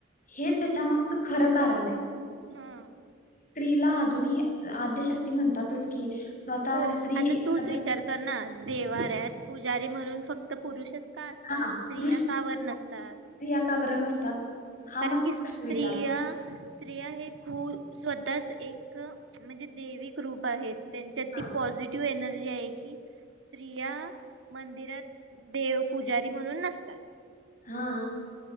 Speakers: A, on the left; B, on the right.
A: हे त्याच्यामागचं खरं कारणाय
B: हा.
A: स्त्रीला अजूनही आद्यशक्ती म्हणतातच की आता
B: हो
A: स्त्री
B: आता
A: एखाद्या
B: तूच विचार कर ना, देवाऱ्यात पुजारी म्हणून फक्त पुरुषच का असतात?
A: हा
B: स्त्रिया
A: पुरुष
B: का बर नसतात?
A: स्त्रिया का बरं नसतात हा
B: कारण
A: मस्त
B: की स्त्रिया,
A: प्रश्न विचारला
B: स्त्रिया हे खूल स्वतःच एक म्हणजे देविक रूप आहेत, त्यांच्यात ती
A: हा
B: पॉझिटिव्ह एनर् जी आहे की स्त्रिया मंदिरात देव, पुजारी म्हणून नसतात
A: हा.